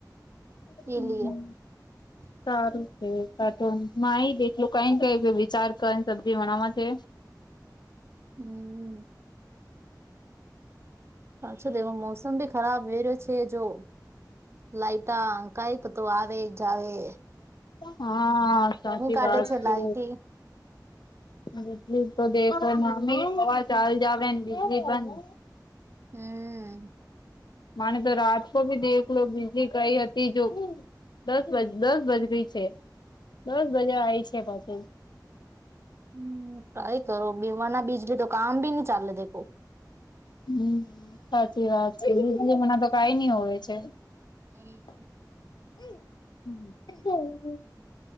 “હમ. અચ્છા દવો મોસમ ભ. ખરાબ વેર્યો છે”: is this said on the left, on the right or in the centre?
Right